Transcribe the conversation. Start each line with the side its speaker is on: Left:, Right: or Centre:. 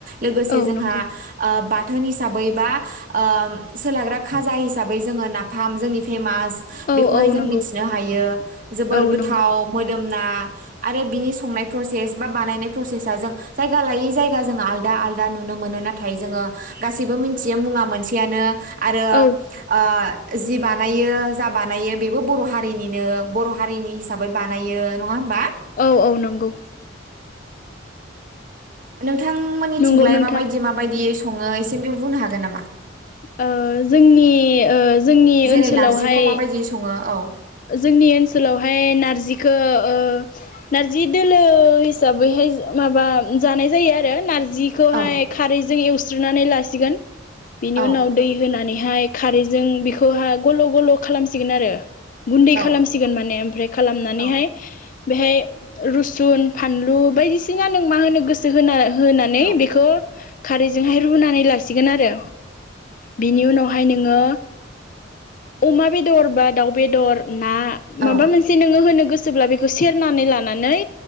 Right: लोगोसे
Left: औ
Right: जोंहा
Left: नंगौ
Right: बाथोन हिसाबै बा ओ सोलाग्रा खाजा हिसाबै जोङो नाफाम जोंनि फेमा
Left: औ
Right: बेखौहाय
Left: औ
Right: जों
Left: नंगौ
Right: मिथिनो हायो जोबोर
Left: औ
Right: गोथाव
Left: नंगौ
Right: मोदोमना आरो बिनि संनाय प्रसेस बा बानायनाय प्रसेसा जों जायगा लायै जायगा जों आलदा आलदा नुनो मोनोना नाथ नाथाय जोङो गासैबो मिथियो मुङा मोनसेयानो। आरो
Left: औ
Right: ओ जि बानायो जा बानायो बेबो बर' हारिनिनो बर' हारिनि हिसाबै बानायो नङा होमबा?
Left: औ औ नंगौ
Right: बिथांमोननिथिंलाय
Left: नंगौ नोंथां
Right: माबायदि माबायदि सङो एसेम बेयाव बुंनो हागोन नामा?
Left: ओ जोंनि जोंनि
Right: जेरै
Left: ओनसोलावहाय
Right: नारजिखौ माबायदि सङो औ
Left: जोंनि ओनसोलावहाय नारजिखौ ओ नारजि दोलो हिसाबैहाय माबा जानाय जायो आरो नारजि जिखौहाय
Right: औ
Left: खारैजों एव सुस्रुनानै लासिगोन बिनि
Right: औ
Left: उनाव दै होनानै बेहाय खारैजों बेखौहा गल' गल' खालामसिगोन आरो गुन्दै
Right: औ
Left: खालामसिगोन माने ओमफ्राय खालामनानैहाय
Right: औ
Left: बेहाय रुसुन फानलु बायदिसिना नों मा होनो गोसो होना होनानै
Right: अ
Left: बेखौ खारैजोंहाय रुनानै लासिगोन आरो बिनि उनावहायनो नो ओ अमा बेदर बा दाउ बेदर ना
Right: औ
Left: माबा मोनसे नोङो होनो गोसोब्ला बेखौ सेरनानै लानानै